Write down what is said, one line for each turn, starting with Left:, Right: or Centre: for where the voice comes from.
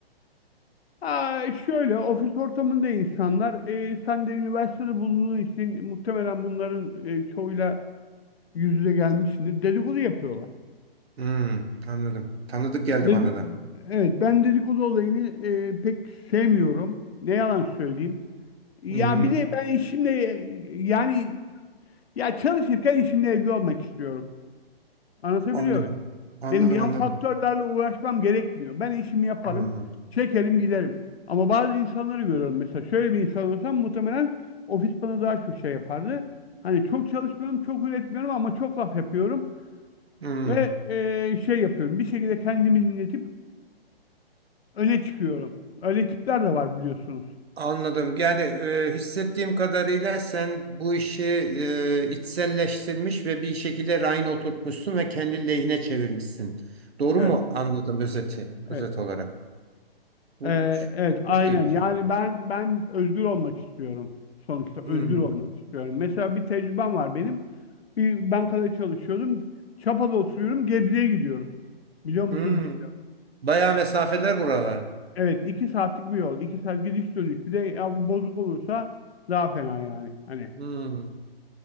Left: Aa, şöyle ofis ortamında insanlar e, sen de üniversitede bulunduğun için muhtemelen bunların e, çoğuyla yüz yüze gelmişsindir. Dedikodu yapıyorlar.
Right: Hmm, anladım. Tanıdık geldi
Left: Dedik,
Right: bana da.
Left: evet ben dedikodu olayını e, pek sevmiyorum. Ne yalan söyleyeyim. Ya
Right: Hmm,
Left: bir de ben işimle yani ya çalışırken işimle evde olmak istiyorum. Anlatabiliyor
Right: anlıyorum.
Left: muyum?
Right: Anladım
Left: Benim yan
Right: anladım.
Left: faktörlerle uğraşmam gerekmiyor. Ben işimi yaparım,
Right: Hmm,
Left: çekerim giderim. Ama bazı insanları görüyorum mesela. Şöyle bir insan olsam muhtemelen ofis bana daha çok şey yapardı. Hani çok çalışmıyorum, çok üretmiyorum ama çok laf yapıyorum.
Right: hmm.
Left: Ve e, şey yapıyorum. Bir şekilde kendimi dinletip öne çıkıyorum. Öyle tipler de var biliyorsunuz.
Right: Anladım. Yani e, hissettiğim kadarıyla sen bu işi e, içselleştirmiş ve bir şekilde rayına oturtmuşsun ve kendi lehine çevirmişsin. Doğru
Left: Evet,
Right: mu anladım özeti, özet
Left: evet.
Right: olarak? Bu
Left: Ee,
Right: ç-
Left: evet aynen
Right: çok iyi bir
Left: yani
Right: şey.
Left: ben ben özgür olmak istiyorum sonuçta
Right: Hmm.
Left: özgür olmak istiyorum. Mesela bir tecrübem var benim bir bankada çalışıyordum Çapa'da oturuyorum Gebze'ye gidiyorum biliyor musunuz
Right: Hmm.
Left: bilmiyorum.
Right: Bayağı mesafeler buralar.
Left: Evet iki saatlik bir yol iki saat gidiş dönüş bir de ya bozuk olursa daha fena yani hani.
Right: Hmm.